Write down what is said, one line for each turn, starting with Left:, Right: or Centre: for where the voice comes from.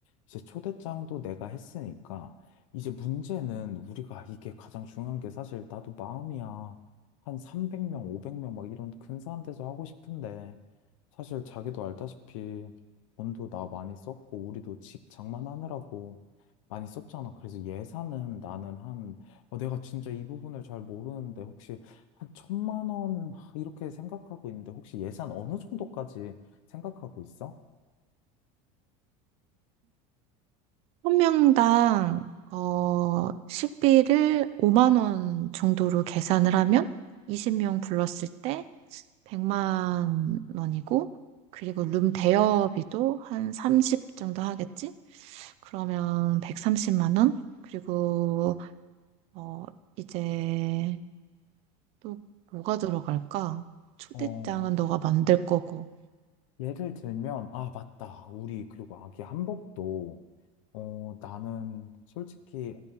Left: 이제 초대장도 내가 했으니까 이제 문제는 우리가 이게 가장 중요한 게 사실 나도 마음이야. 한 300명, 500명 막 이런 근사한 데서 하고 싶은데 사실 자기도 알다시피 돈도 나 많이 썼고, 우리도 집 장만하느라고 많이 썼잖아. 그래서 예산은 나는 한, 어, 내가 진짜 이 부분을 잘 모르는데, 혹시 한 천만 원, 하, 이렇게 생각하고 있는데, 혹시 예산 어느 정도까지 생각하고 있어?
Right: 한 명당 어, 식비를 5만 원 정도로 계산을 하면 20명 불렀을 때 100만 원이고 그리고 룸 대여비도 한 30 정도 하겠지? 그러면 130만 원? 그리고 어, 이제 또 뭐가 들어갈까? 초대장은
Left: 어,
Right: 너가 만들 거고
Left: 예를 들면, 아, 맞다. 우리, 그리고 아기 한복도, 어, 나는 솔직히,